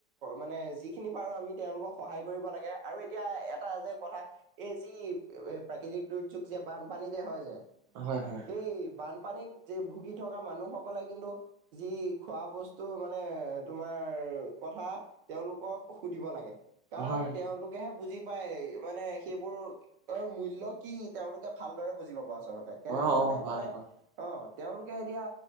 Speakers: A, on the right; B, on the right.
A: মানে যিখিনি পাৰোঁ আমি তেওঁলোকক সহায় কৰিব লাগে। আৰু এতিয়া এটা যে কথা, এই যি প্ৰাকৃতিক দুৰ্যোগ যে, বানপানী যে, হয় যে
B: হয় হয়।
A: এই বানপানীত যে ভুগি থকা মানুহসকলে কিন্তু যি খোৱা বস্তু মানে, তোমাৰ কথা তেওঁলোকক সুধিব লাগে কাৰণ
B: হয় হয়
A: তেওঁলোকেহে বুজি পায় মানে সেইবোৰ তেওঁৰ মূল্য কি তেওঁলোকে ভালদৰে বুজি পাব আচলতে কেনেধৰণে
B: অ অ হয়
A: মানে
B: হয়
A: অ' তেওঁলোকে এতিয়া